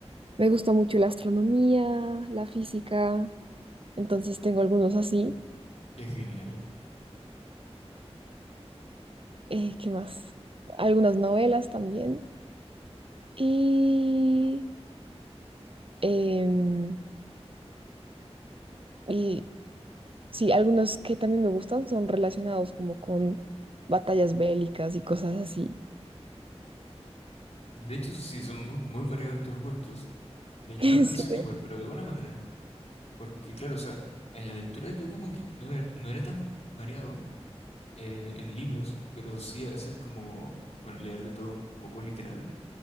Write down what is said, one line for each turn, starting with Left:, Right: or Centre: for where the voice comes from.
Right: me gusta mucho la astronomía, la física, entonces tengo algunos así.
Left: qué genial.
Right: Eh, ¿qué más? Algunas novelas también. Y, em, y sí, algunos que también me gustan son relacionados como con batallas bélicas y cosas así.
Left: De hecho, sí, son muy, muy variados tus gustos. Me llama
Right: <laughs>
Left: la atención igual,
Right: Sí.
Left: pero de buena manera. Porque, claro, o sea, en la lectura yo como que no era, no era tan variado eh, en libros, pero sí a veces como, bueno, leer de todo un poco literal.